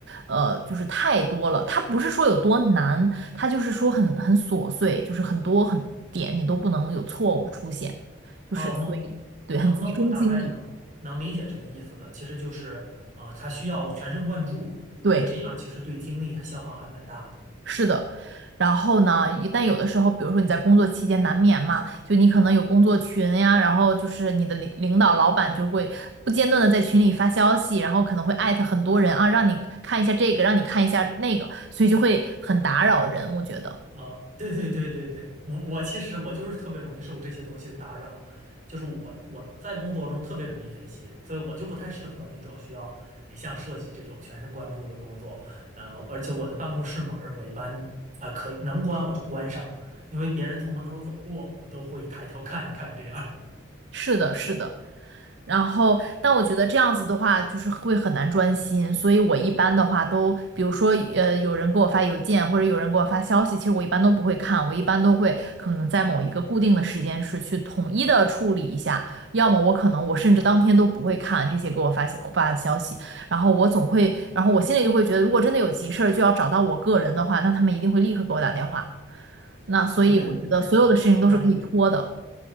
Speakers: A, on the right; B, on the right.
A: 呃，就是太多了。它不是说有多难，它就是说很很琐碎，就是很多很点你都不能有错误出现，就是所以对，
B: 哦，那我那那我大概能能理解这个意思了，
A: 很集中精力，
B: 其实就是，呃，它需要全神贯注，
A: 对。
B: 那这样其实对精力还消耗还蛮大的。
A: 是的，然后呢，一但有的时候，比如说你在工作期间难免嘛，就你可能有工作群呀，然后就是你的领领导、老板就会不间断的在群里发消息，然后可能会艾特很多人啊，让你看一下这个，让你看一下那个，所以就会很打扰人，我觉得。
B: 呃，对对对对对，我我其实我就是特别容易受这些东西的打扰，就是我我在工作中特别容易分心，所以我就不太适合那种需要哎像设计这种全神贯注的工作。呃，而且我的办公室门儿我一般呃可以能关我就关上，因为别人从门口走过，我都会抬头看一看这样儿
A: 是的，是的，然后，但我觉得这样子的话，就是会很难专心，所以我一般的话都，比如说，呃，有人给我发邮件或者有人给我发消息，其实我一般都不会看，我一般都会可能在某一个固定的时间是去统一的处理一下，要么我可能我甚至当天都不会看这些给我发消发的消息，然后我总会，然后我心里就会觉得，如果真的有急事儿就要找到我个人的话，那他们一定会立刻给我打电话，那所以我觉得所有的事情都是可以拖的。
B: <laughs> 啊，那你还挺挺专注的。